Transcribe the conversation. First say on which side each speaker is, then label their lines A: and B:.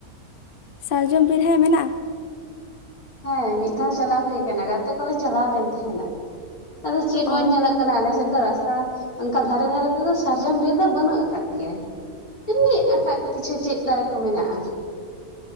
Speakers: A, on the left; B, on the left.
A: ᱥᱟᱨᱡᱚᱢ ᱵᱤᱨ ᱦᱮᱸ ᱢᱮᱱᱟᱜᱼᱟ
B: ᱦᱮᱸ ᱢᱤᱫ ᱫᱷᱟᱣ ᱪᱟᱞᱟᱣ ᱦᱩᱭ ᱠᱟᱱᱟ ᱜᱟᱛᱮ ᱠᱚᱞᱮ ᱪᱟᱞᱟᱣ ᱞᱮᱱ ᱛᱟᱦᱮᱸᱱᱟ ᱟᱫᱚ ᱪᱮᱫ ᱢᱚᱸᱡᱽ
A: ᱚ
B: ᱧᱮᱞᱚᱜ ᱠᱟᱱᱟ ᱟᱞᱮᱥᱮᱫ ᱫᱚ ᱨᱟᱥᱛᱟ ᱚᱱᱠᱟ ᱫᱷᱟᱨᱮ ᱫᱷᱟᱨᱮ ᱛᱮᱫᱚ ᱥᱟᱨᱡᱚᱢ ᱵᱤᱨ ᱫᱚ ᱵᱟᱹᱱᱩᱜ ᱟᱠᱟᱫᱟ ᱟᱠᱟᱫ ᱜᱮᱭᱟ ᱮᱢᱱᱤ ᱮᱴᱟᱜ ᱠᱤᱪᱷᱩ ᱪᱮᱫ ᱫᱟᱨᱮ ᱠᱚ ᱢᱮᱱᱟᱜᱼᱟ